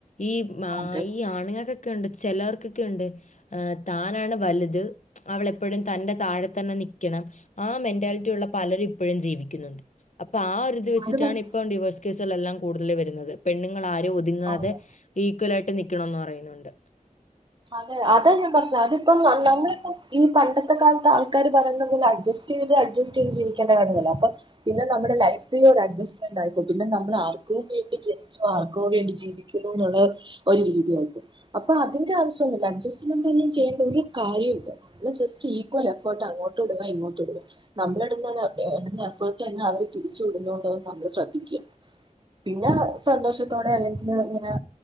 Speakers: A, on the left; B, on the right.
A: ഈ ആ
B: അതെ
A: ഈ ആണു ഓക്കെ ഓകെണ്ട് ചിലവർക്കൊക്കെ ഉണ്ട് താനാണ് വലുത് അവളെപ്പോഴും തന്റെ താഴെ തന്നെ നിക ണം ആ മെന്റാലിറ്റി ഉള്ള പലരും ഇപ്പോഴും ജീവിക്കുന്നുണ്ട് അപ്പൊ ആ ഒരുതി വെച്ചിട്ടാണ്
B: അത് മനസ്സി-
A: ഇപ്പം ഡിവോഴ്സ് കേസുകളെല്ലാം കൂടുതൽ വരുന്നത് പെണ്ണുങ്ങൾാരരും ഒതുങ്ങാതെ
B: അതെ
A: ഈ കലായിയിട്ട് നിക്കണന്ന് പറയുന്നുണ്ട്
B: അതെ അതാ ഞാൻ പറഞ്ഞത് അതിപ്പം നമ്മളിപ്പ ഈ പണ്ടത്തെ കാലത്ത് ആൾക്കാാര് പറയുന്നെ അഡ്ജസ്റ്റ് ചെയ്ത് അഡ്ജസ്റ്റ് ചെയ്ത് ജീവിക്കേണ്ട കാര്യല്ല അപ്പൊ പിന്നെ നമ്മുടെ ലൈഫില് അഡ്ജസ്റ്റ്മെന്റ് ആയിപ്പോ പിന്നെ നമ്മൾ ആർക്കും വേണ്ടി ജനിച്ചു ആർക്കും വേണ്ടി ജീവിക്കുന്നു എന്നുള്ള ഒരു രീതിയയിപ്പോും അപ്പൊ അതിന്റെ ആവശ്യ അഡ്ജസ്മെന്റ് തന്ന ചെയ്യേണ്ട ഒരു കാര്യമുണ്ട് നമ്മള് ജസ്റ്റ് ഈക്വൽ എഫേർട്ട് അങ്ങോട്ട്ടുക്ക ഇങ്ങോട്ട്ടുക്ക നമ്മൾ ഇട ഇടുന്ന എഫേർട്ട് തന്നെ അവര് തിരിച്ചു വിടുന്നുണ്ടോന്ന് നമ്മള് ശ്രദ്ധിക്കും പിന്നെ സന്തോഷത്തോടെ അല്ലെങ്കിൽ ഇങ്ങനെ